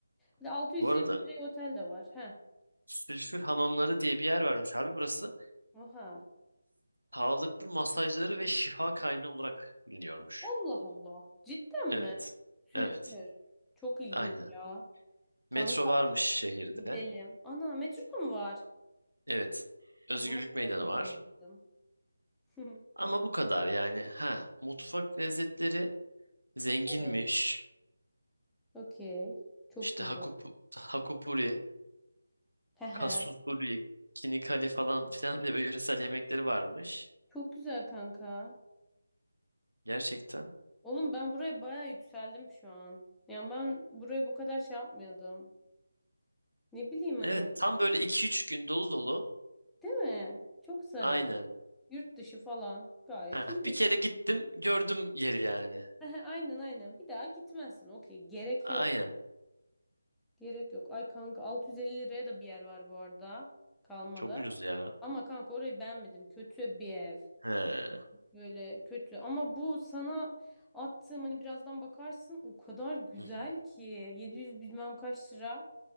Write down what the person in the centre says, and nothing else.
Bir de 620
liraya otel de var. Heh.
Oha.
Allah Allah. Cidden
mi? Sülfür.
Çok ilginç
ya. Kanka
gidelim. Ana metroda mı var?
Bak nasıl olduğunu
bilmiyordum. <laughs>
Evet. Okey. Çok
güzel.
<laughs> Hehe.
Çok güzel kanka.
Oğlum ben buraya baya yükseldim şu an. Yani ben buraya bu kadar şey yapmıyordum. Ne bileyim
hani.
Değil mi? Çok zarar.
Yurt dışı falan. Gayet
iyi.
<laughs> Aynen aynen. Bir daha gitmezsin. Okey. Gerek
yok. Gerek yok. Ay kanka 650 liraya da bir yer var bu arada. Kalmalı.
Ama kanka orayı beğenmedim. Kötü bir ev.
böyle kötü. Ama bu sana attığım hani birazdan bakarsın o kadar güzel
ki 700 bilmem kaç lira